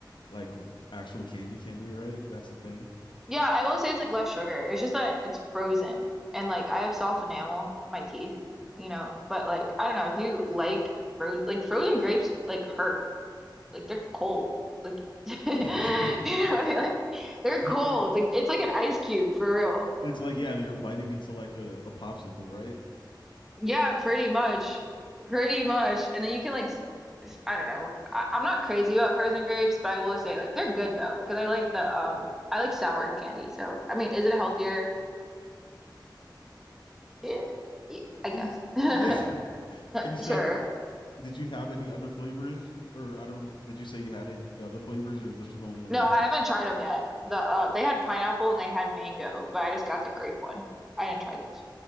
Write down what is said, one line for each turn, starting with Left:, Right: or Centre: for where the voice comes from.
Left: like actual candy candy, right? That's the thing.
Centre: yeah, I will say it's like less sugar. It's just that it's frozen, and like I have soft enamel for my teeth, you know. But like, I don't know if you like frozen, like frozen grapes, like hurt, like they're cold, like <laughs> you know,
Left: <laughs>
Centre: what I mean? like they're
Left: So
Centre: cold, like it's like an ice cube for real.
Left: it's like, yeah, you're biting into like a, a popsicle, right?
Centre: Yeah, pretty much. Pretty much. And then you can like s- s- I don't know. I, I'm not crazy about frozen grapes, but I will say like they're good though, because I like the um I like sour candy. So I mean, is it healthier? Yeah, y-
Left: Uh,
Centre: I guess. <laughs>
Left: Yeah. <laughs> And you said,
Centre: Sure.
Left: did you have any other flavors? Or I don't remember. Did you say you had any other flavors, or this was the only one
Centre: No,
Left: you
Centre: I
Left: had?
Centre: haven't tried them yet. The uh they had pineapple and they had mango, but I just got the grape one. I didn't try those.